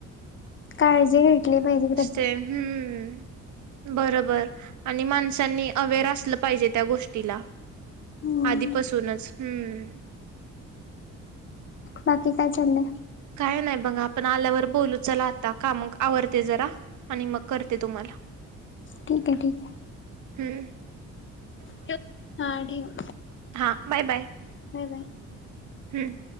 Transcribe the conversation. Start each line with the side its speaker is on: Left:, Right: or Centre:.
Left: काळजी घेतली पाहिजे क
Right: ते हम्म बरोबर आणि माणसांनी अवेअर असलं पाहिजे त्या गोष्टीला
Left: हम्म
Right: आधीपासूनच हम्म
Left: बाकी काय चाललं.
Right: काय नाही बघा आपण आल्यावर बोलू चला आता का मग आवडते जरा आणि मग करते तुम्हाला
Left: ठीक आहे ठीक आहे
Right: हम्म
Left: ठे हा ठेव.
Right: हा बाय बाय.
Left: हो नाही
Right: हम्म